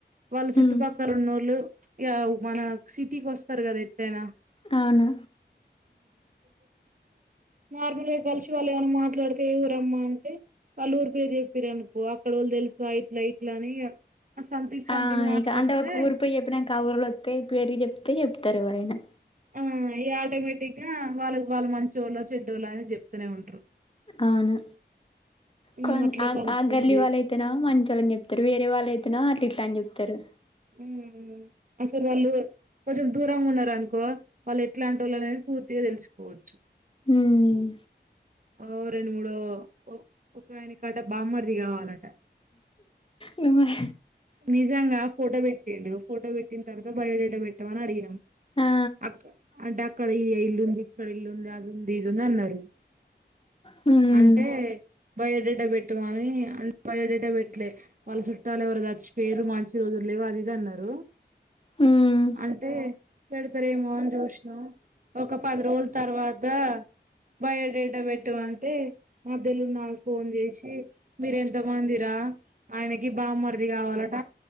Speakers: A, on the right; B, on the left.
A: వాళ్ళ చుట్టుపక్క
B: ఉమ్
A: ఉన్నోళ్లు మన సిటీకి వస్తారు కదా ఇట్లయినా
B: అవునా
A: నార్మల్గా కలిసి వాళ్ళు ఏమైనా మాట్లాడితే ఊరమ్మా అంటే వాళ్ళ ఊరు పేరు చెప్పారు అనుకో అక్కడ వాళ్ళు తెలుసా ఇట్లా ఇట్లా అని సంథింగ్ సంథింగ్
B: ఆ
A: మాట్లాడితే
B: ఇక అంటే ఒక ఊరి పోయి చెప్పినాక ఆ ఊరోళ్ళు వస్తే పేర్లు చెప్తే పేరి చెప్తేప్పు తారు ఎవరైనా
A: ఆ ఈ ఆటోమేటిక్గా వాళ్ళ వాళ్ళ మనచోళ్లో చెడ్ళ్లో అని చెప్తూనే ఉంటారు
B: అవును
A: ఉమ్
B: కొ
A: అట్లే
B: ఆ
A: కలుస్తుంది
B: ఆ గల్లీ వాళ్ళు అయితేనా మంచిళ్ళని చెప్తారు వేరే వాళ్ళు అయితేనా అట్లా ఇట్లా అని చెప్తారు ఇతరు
A: ఉ అసలు వాళ్ళు కొంచెం దూరంగా ఉన్నారు అనుకో వాళ్ళు ఎట్లాంటి వాళ్ళు అనేది పూర్తిగా తెలుసుకోవచ్చు
B: మ్మ్
A: ఓ రెండు మూడు ఒక ఆయన కాట బామ్మర్ది కావాలట
B: నువ్వే
A: నిజంగా ఫోటో పెట్టిండు ఫోటో పెట్టి తర్వాత బయోడేటా పెట్టామని అడిగిగ్నం
B: ఆ
A: అ అంటే అక్కడ ఇల్లుంది ఇక్కడ ఇల్లుంది అది ఉంది ఇదింది అన్నారు
B: హ్మ్
A: అంటే బయోడేటా పెట్ తమని అంటే బయోడేటా పెట్టలే వాళ్ళ చుట్టాల ఎవరు చచ్చి పేరు మ చుట్టాలు వాళ ఇది అన్నారు
B: హ్మ్
A: అంటే పెడతారేమో అని చూసినాం ఒక పది రోజుల తర్వాత బయోడేటా పెట్టామంటే మ <unintelligible> నాకు ఫోన్ చేసి మీర ఎంత మందిరా ఆయనకి బామరది కావాలట